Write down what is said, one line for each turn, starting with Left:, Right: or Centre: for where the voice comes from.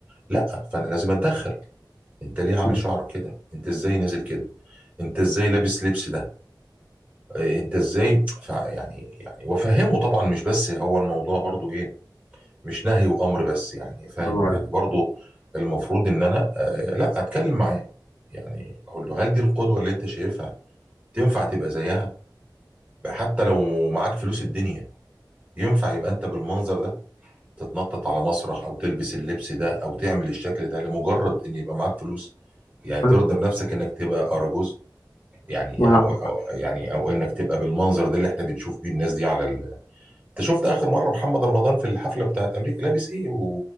Right: لا فانا لازم اتدخل انت ليه عامل
Left: الله
Right: شعرك كده انت ازاي نازل كده انت ازاي لابس لبس ده إيه انت ازاي فع- يعني يعني وافهمه طبعا مش بس هو الموضوع برضو ايه مش نهي وامر بس يعني فاهم
Left: ينور
Right: يعني
Left: عليك
Right: برضو المفروض ان انا آه لا اتكلم معاه يعني اقول له هل دي القدوة اللي انت شايفها تنفع تبقى زيها حتى لو معاك فلوس الدنيا ينفع يبقى انت بالمنظر ده تتنطط على مسرح او تلبس اللبس ده او تعمل الشكل ده لمجرد ان يبقى معاك فلوس يعني ترضى
Left: انا
Right: بنفسك انك تبقى اراجوز يعني
Left: ما أنا
Right: او او يعني او انك تبقى بالمنظر ده اللي احنا بنشوف بيه الناس دي على ال انت شفت اخر مره محمد رمضان في الحفله بتاعت امريكا لابس ايه و...